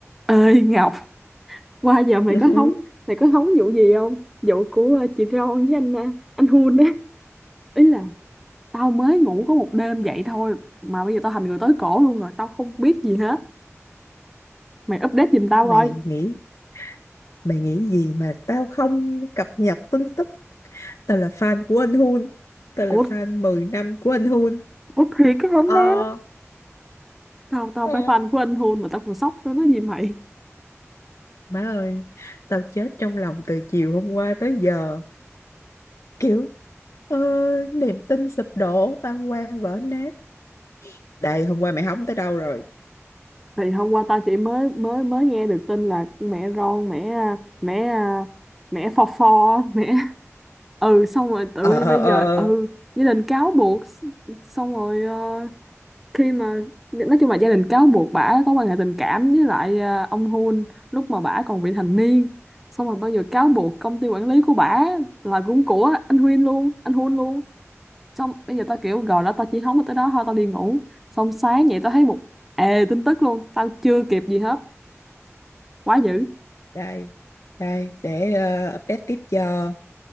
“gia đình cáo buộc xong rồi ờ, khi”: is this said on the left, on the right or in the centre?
Centre